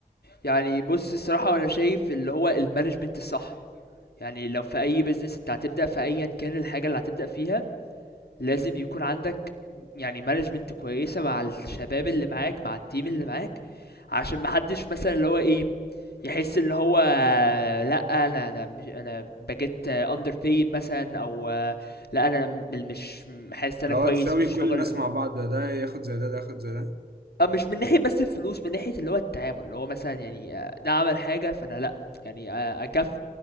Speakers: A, on the left; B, on the right.
A: يعني بُص الصراحة هو أنا شايف اللي هو الmanagement الصح. يعني لو في أي بيزنس أنت هتبدأ في أيا كان الحاجة اللي هتبدأ فيها لازم يكون عندك يعني مانجمنت كويسة مع الشباب اللي معاك مع التيم اللي معاك عشان محدش مثلا اللي هو ايه يحس اللي هو لا انا انا مش انا بجيت اندر بيد مثلا او لا انا م- مش حاسس انا
B: لو
A: كويس
B: هتساوي
A: في الشغل
B: كل الناس مع بعض ده ده ياخد زي ده ده ياخد زي ده
A: آه، مش من ناحية بس الفلوس من ناحية اللي هو التعامل اللي هو مثلا يعني آه، ده عمل حاجة فأنا لأ يعني آه، أكافئه